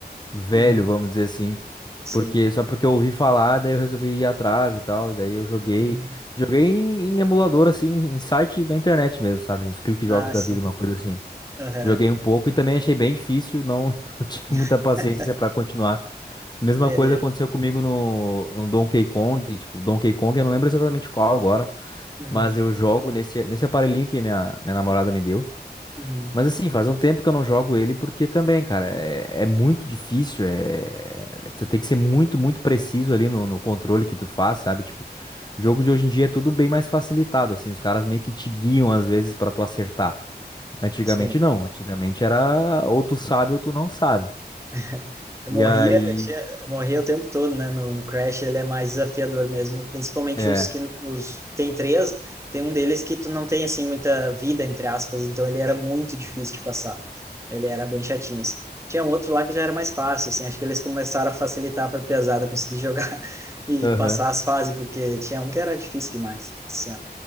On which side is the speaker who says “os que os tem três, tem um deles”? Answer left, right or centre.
Right